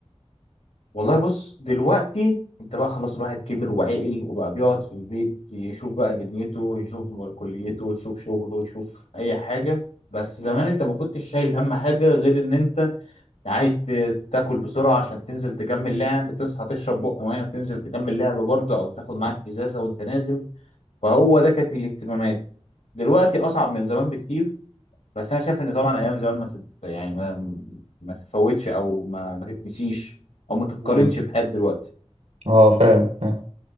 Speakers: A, on the left; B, on the right.
A: والله بص دلوقتي انت بقى خلاص الواحد كبر وعقل وبقى بيقعد في البيت يشوف بقى دنيته يشوف كليته يشوف شغله يشوف اي حاجة بس زمان انت ما كنتش شايل هم حاجة غير ان انت عايز ت- تاكل بسرعة عشان تنزل تكمل لعب تصحى تشرب بق مية وتنزل تكمل لعب برضه او تاخد معاك ازازة وانت نازل فهو ده كانت الاهتمامات دلوقتي اصعب من زمان بكتير بس انا شايف ان طبعا ايام زمان ما تت... يعني ما ما تتفوتش او ما ما تتنسيش او ما تتقارنش
B: مم.
A: بحياة دلوقتي
B: اه فعلا آه.